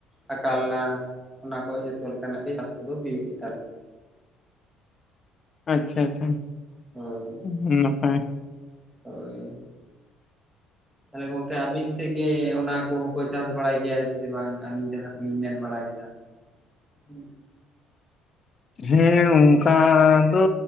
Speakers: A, in the centre; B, on the left.
A: ᱟᱨ ᱠᱟᱞᱞᱟ ᱚᱱᱟ ᱠᱚ ᱡᱚᱛᱚ ᱞᱮᱠᱟᱱᱟᱜ ᱜᱮ ᱪᱟᱥ ᱠᱚᱫᱚ ᱦᱩᱭᱩᱜ ᱜᱮ ᱛᱟᱞᱮᱭᱟ᱾
B: ᱟᱪᱪᱷᱟ ᱟᱪᱪᱷᱟ᱾
A: ᱦᱳᱭ᱾
B: ᱦᱩᱸ, ᱟᱹᱰᱤ ᱱᱟᱯᱟᱭ᱾
A: ᱦᱳᱭ᱾ ᱛᱟᱦᱞᱮ ᱜᱚᱝᱠᱮ ᱟᱹᱵᱤᱱ ᱥᱮᱫ ᱜᱮ ᱚᱱᱟ ᱠᱚ ᱦᱚᱸ ᱠᱚ ᱪᱟᱹᱥ ᱵᱟᱲᱟᱭ ᱜᱮᱭᱟ ᱥᱮ ᱵᱟᱝ ᱟᱹᱞᱤᱧ ᱡᱟᱦᱟᱸ ᱠᱩᱞᱤᱧ ᱢᱮᱱ ᱵᱟᱲᱟᱭ ᱮᱫᱟ? ᱦᱩᱸ,
B: ᱦᱮᱸ, ᱚᱝᱠᱟ ᱫᱚ